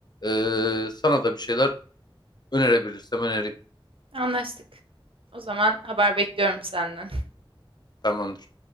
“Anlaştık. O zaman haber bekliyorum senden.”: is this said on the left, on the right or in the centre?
Right